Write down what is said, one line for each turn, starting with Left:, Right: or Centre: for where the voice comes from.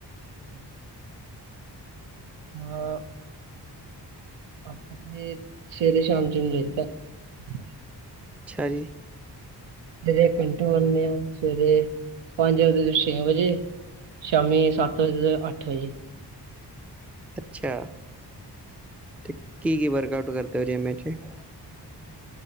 Right: ਹਮ <inaudible> ਾਂ ਆਪਾਂ ਤੇ ਸਵੇਰੇ ਸ਼ਾਮ ਚਮ ਚਲਦਾ <unintelligible>
Centre: ਛਾ ਜੀ
Right: ਜ ਘੰਟੇ ਬਰਦੇ <unintelligible> ਆ ਸਵੇਰੇ ਪੰਜ ਵਜੇ ਤੋਂ ਛੇ ਵਜੇ ਸ਼ਾਮੀ ਸੱਤ ਵਜੇ ਤੋਂ ਅੱਠ ਵਜੇ
Centre: ਅੱਛਾ ਤੇ ਕੀ ਕੀ ਵਰਕ ਆਊਟ ਕਰ ਤਰੀ ਮੈ ' <unintelligible>